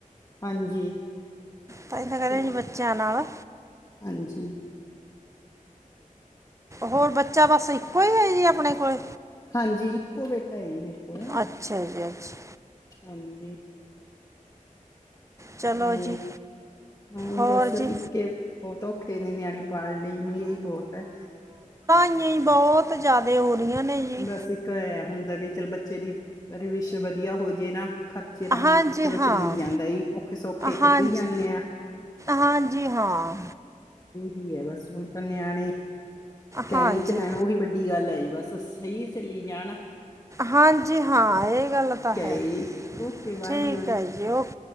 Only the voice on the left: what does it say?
ਹਾਂਜੀ
ਚਲੋ
ਹਾਂਜੀ
ਹਾਂਜੀ ਇੱਕੋ ਬੇਟਾ ਮੇਰੇ ਕੋਲ
ਹਾਂਜੀ
ਨਹੀਂ
ਨਹੀਂ
ਬਸ ਇੱਕੇ
ਬਹੁਤ ਔਖੇ ਨੇ ਨਿਆਣੇ ਪਾਲ ਲਈ ਮਹਿੰਗਾਈ ਬਹੁਤ ਹੈ
ਬਸ ਇੱਕ ਐ ਹੁੰਦਾ ਵੀ ਚੱਲ ਬੱਚੇ ਦੀ ਰਵਸ਼ ਵਧੀਆ ਹੋਜੇ ਨਾ ਖਰਚੇ ਪਾਣੀੀਆਂ
ਤੇ ਤਾਂ ਚਲੋ
ਚੱਲੀ ਜਾਂਦਾ ਔਖੇ ਸੌਖੇ
ਕੱਢੀ ਜਾਂਦੇ ਆ
ਹੀ ਹੈ ਬਸ ਹੁਣ ਤਾਂ ਨਿਆਣੇ ਕਹਿਣੇ
ਚ ਰਹਿਣਾ ਉਹੀ ਵੱਡੀ ਗੱਲ ਹੈ ਜੀ ਬਸ ਸਹੀ ਚੱਲ ਜਾਣਾ
ਜੀ ਓਕੇ ਬਾਏ